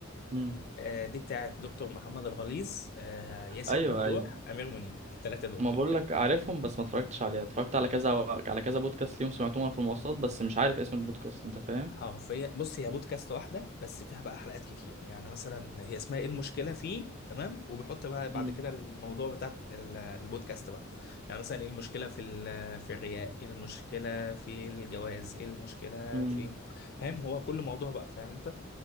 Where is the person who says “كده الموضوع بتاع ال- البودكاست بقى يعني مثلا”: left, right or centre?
Left